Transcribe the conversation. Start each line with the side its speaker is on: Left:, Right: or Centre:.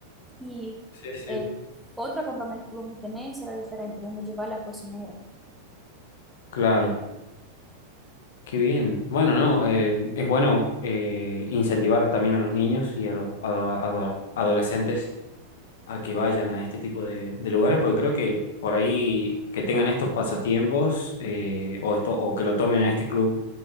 Centre: Y
Left: Sí, sí.
Centre: el otro acampamento que vamos a tener será diferente, vamos a llevar la cocinera.
Left: Claro, qué bien. Bueno, no, eh, es bueno eh, incentivar también a los niños y a los a- a- a- adolescentes a que vayan a este tipo de, de lugares, porque creo que por ahí que tengan estos pasatiempos eh, o, esto, o que lo tomen a este club